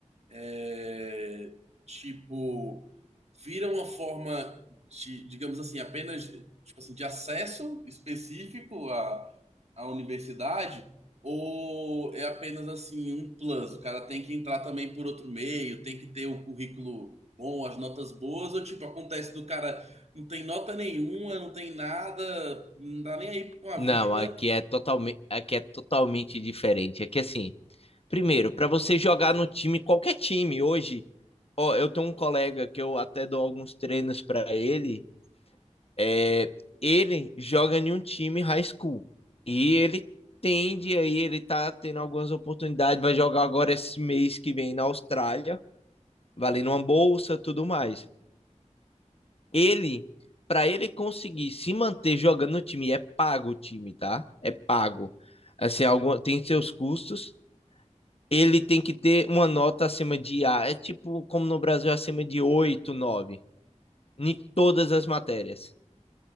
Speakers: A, on the right; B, on the left.
A: é, tipo, vira uma forma de, digamos assim, apenas tipo assim, de acesso específico à, à universidade, ou é apenas assim um plus? O cara tem que entrar também por outro meio, tem que ter o currículo bom, as notas boas, ou tipo, acontece do cara não tem nota nenhuma, não tem nada, não tá nem aí com a
B: Não,
A: vida.
B: aqui é totalmente, aqui é totalmente diferente. Aqui assim, primeiro, para você jogar no time, qualquer time hoje, ó, eu tenho um colega que eu até dou alguns treinos para ele É, ele joga em um time high school e ele tende aí, ele tá tendo algumas oportunidades, vai jogar agora esse mês que vem na Austrália, valendo uma bolsa, tudo mais. Ele, para ele conseguir se manter jogando no time, é pago o time, tá? É pago. Assim, algum, tem seus custos. Ele tem que ter uma nota acima de A, é tipo como no Brasil acima de 8, 9, em todas as matérias.